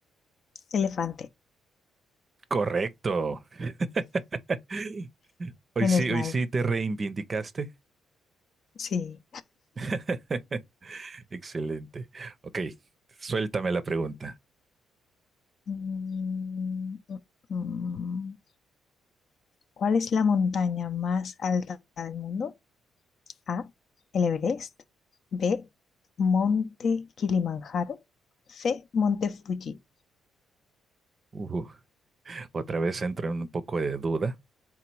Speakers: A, on the left (about 55°); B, on the right (about 35°).
A: elefante,
B: Correcto. <gasps> <laughs> Hoy
A: menos
B: sí,
A: mal,
B: hoy sí te reivindicaste.
A: sí.
B: <laughs> Excelente. Ok, suéltame la pregunta.
A: Mm, mm, mm. ¿Cuál es la montaña más alta del mundo? A. El Everest. B. Monte Kilimanjaro. C. Monte Fuji.
B: Ujú, otra vez entro en un poco de duda,